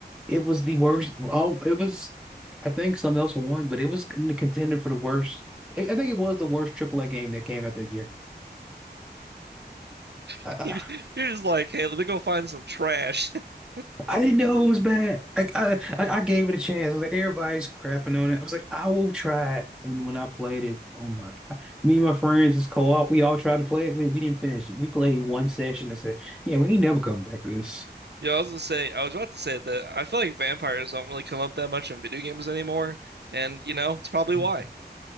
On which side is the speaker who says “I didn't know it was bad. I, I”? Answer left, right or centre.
Centre